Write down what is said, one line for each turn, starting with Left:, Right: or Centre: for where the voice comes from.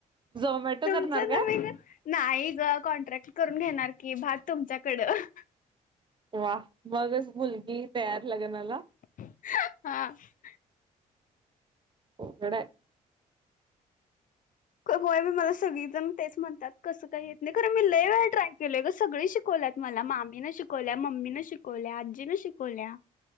Right: झोमॅटो
Left: तुमचं
Right: करणार
Left: तुम्ही
Right: का?
Left: नाही ग कॉन्ट्रॅक्ट करून घेणार की भात तुमच्याकडं
Right: वा मगच मुलगी तयार लगनाला.
Left: हा!
Right: अवगड आहे. <inaudible>
Left: होय म मला सगळेजण तेच म्हणतात कसं काय येत नाही, कारण मी लयी वेळा ट्राय केल ग सग शिक कोंल्यात मला मामी न शिकोंल्या, मम्मी न शिकोंल्या, आजी न शिकोंल्या.